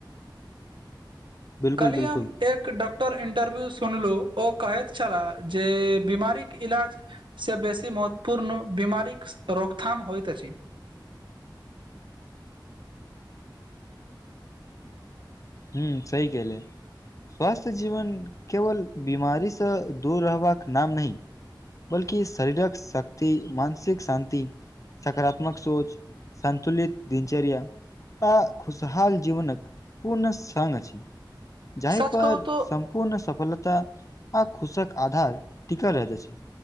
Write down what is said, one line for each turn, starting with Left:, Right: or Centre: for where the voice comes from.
Left: बिल्कुल
Right: कलही
Left: बिल्कुल
Right: हम ऐक डॉक्टर इंटरव्यू सुनलु ओ कहैत छलाह जे बीमारी के इलाज ' से बेसी महत्वपूर्ण बीमारी रोकथाम होइत छै,
Left: हूँ सही कहलिए स्वास्थ्य जीवन केवल बीमारीसँ दूर रहबाक नाम नहि अछि बल्कि शरीरक शक्ति मानसिक शांति सकारात्मक सोच संतुलित दिनचर्य आ खुशहाल जीवनक पूर्ण सघ अछि जाहि
Right: सच
Left: पर
Right: कहू तो
Left: हम पूर्ण सफलता आ शुशक आधार टीक रहत आछि